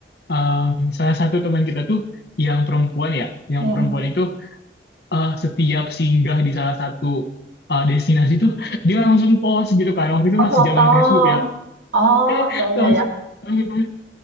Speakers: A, on the left; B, on the right.
A: um, salah satu teman kita tuh yang perempuan ya, yang
B: Iya.
A: perempuan itu uh, setiap singgah di salah satu uh, destinasi tuh dia langsung post gitu kan. Waktu itu
B: Oh,
A: masih
B: foto.
A: zaman Facebook ya.
B: Oh,
A: Eh,
B: ya,
A: langsung
B: ya, ya.
A: langsung